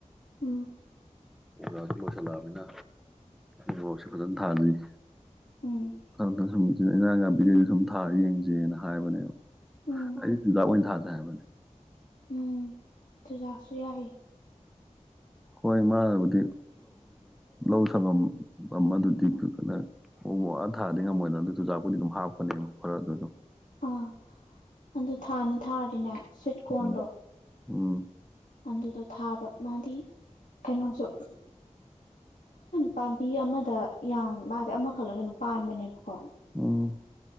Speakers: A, on the left; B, in the centre.
A: ꯎꯝ
B: ꯑꯣꯖꯥꯁꯤ ꯂꯣꯏꯁꯜꯂꯛꯑꯕꯅꯤꯅ ꯃꯣꯔꯣꯛꯁꯨ ꯐꯖꯅ ꯊꯥꯖꯩ
A: ꯎꯝ
B: ꯁꯨꯝ ꯏꯟꯖꯥꯡ ꯥꯄꯤꯈꯩꯗꯤ ꯁꯨꯝ ꯊꯥꯔ ꯌꯦꯡꯁꯦꯅ ꯍꯥꯏꯕꯅꯦꯕ
A: ꯎꯝ
B: ꯑꯩꯖ ꯑꯣꯏꯅ ꯊꯥꯖ ꯍꯥꯏꯕ
A: ꯎꯝ ꯆꯨꯖꯥꯛꯁꯨ ꯌꯥꯏ
B: ꯍꯣꯏ ꯃꯥꯕꯨꯗꯤ ꯂꯧ ꯁꯪꯉꯝ ꯑꯃ ꯑꯗꯨꯗꯤ ꯐꯅ ꯑꯣ ꯃꯛ ꯑ ꯊꯥꯗꯤ ꯉꯝꯃꯣꯏꯅ ꯑꯗꯨ ꯆꯨꯖꯥꯛꯄꯨꯗꯤ ꯑꯗꯨꯝ ꯍꯥꯞꯄꯅꯦ ꯈꯔ ꯑꯗꯨ ꯑꯗꯨꯝ
A: ꯑꯥ ꯑꯗꯨ ꯊꯥꯅꯤ ꯊꯥꯔꯗꯤꯅꯦ ꯁ꯭ꯋꯤꯠ ꯀꯣꯔꯟꯗꯣ
B: ꯎꯝ ꯎꯝ
A: ꯑꯗꯨꯗꯣ ꯊꯥꯕ ꯃꯥꯗꯤ ꯀꯩꯅꯣꯁꯨ ꯄꯥꯝꯕꯤ ꯑꯃꯗ ꯌꯥꯝ ꯃꯥꯗꯤ ꯑꯃꯈꯛꯂꯒꯅ ꯄꯥꯟꯕꯅꯦꯕꯀꯣ
B: ꯎꯝ